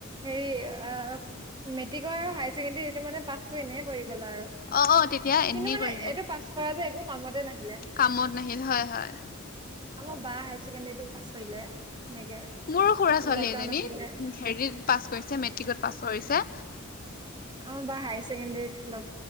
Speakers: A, on the right; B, on the left.
A: হেৰি অ মেটিক আৰু হায়াৰ ছেকেডেৰী সেইটো মানে পাছটো এনে কৰি বলা আৰু
B: অ অ তেতিয়া এনেই
A: কিন্তু মানে
B: কৰি গল
A: এইটো পাছ কৰা যে একো কামতে নাই।
B: কামত নাহিল হয়, হয়।
A: আমাৰ বা হায়াৰ ছেকেণ্ডৰীটোক পাছ কৰিলে। সেনেকে
B: মোৰো খুৰা-ছোৱালী
A: লকডাউন
B: এজনী,
A: আছিলে।
B: হেৰিত পাছ কৰিছে মেট্ৰিকত পাছ কৰিছে।
A: অ, বা হায়াৰ ছেকেণ্ডাৰীত